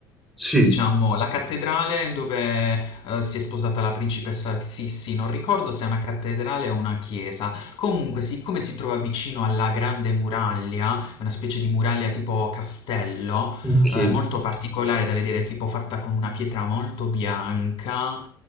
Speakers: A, in the centre; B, on the left.
A: Sì.
B: diciamo, la cattedrale dove eh, si è sposata la principessa Sissi. Non ricordo se è una cattedrale o una chiesa. Comunque, siccome si trova vicino alla Grande Muraglia, una specie di muraglia tipo castello,
A: Ok.
B: Ehm,
A: Eh,
B: molto particolare da vedere, tipo fatta con una pietra molto bianca,